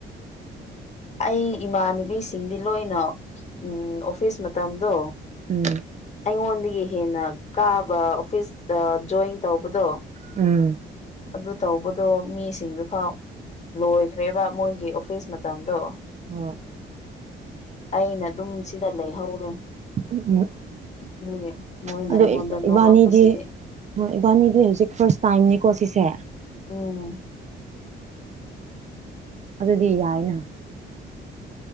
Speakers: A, on the left; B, on the right.
A: ꯑꯩ ꯏꯃꯥꯟꯅꯨꯕꯤꯁꯤꯡꯗꯤ ꯂꯣꯏꯅ ꯎꯝ ꯑꯣꯐꯤꯁ ꯃꯇꯝꯗꯣ
B: ꯎꯝ
A: ꯑꯩꯉꯣꯟꯗꯒꯤ ꯍꯦꯟꯅ ꯀꯥꯕ ꯑꯣꯐꯤꯁ ꯖꯣꯏꯟ ꯇꯧꯕꯗꯣ
B: ꯎꯝ
A: ꯑꯗꯨ ꯇꯧꯕꯗꯣ ꯃꯤꯁꯤꯡꯗꯨ ꯐꯥꯎ ꯂꯣꯏꯈ꯭ꯔꯦꯕ ꯃꯣꯏꯒꯤ ꯑꯣꯐꯤꯁ ꯃꯇꯝꯗꯣ
B: ꯍꯣꯏ
A: ꯑꯩꯅ ꯑꯗꯨꯝ ꯁꯤꯗ ꯂꯩꯍꯧꯔꯦ
B: ꯎꯝ
A: ꯑꯗꯨꯒꯤ ꯃꯣꯏꯅ
B: ꯑꯗꯣ
A: ꯑꯩꯉꯣꯟꯗ ꯅꯣꯡꯂꯛꯄꯁꯤꯗꯤ
B: ꯏꯕꯥꯅꯤꯗꯤ ꯍꯣꯏ ꯏꯕꯥꯅꯤꯒꯤ ꯍꯧꯖꯤꯛ ꯐꯥꯔꯁ ꯇꯥꯏꯝꯅꯤꯀꯣ ꯁꯤꯁꯦ
A: ꯎꯝ
B: ꯑꯗꯨꯗꯤ ꯌꯥꯏꯅ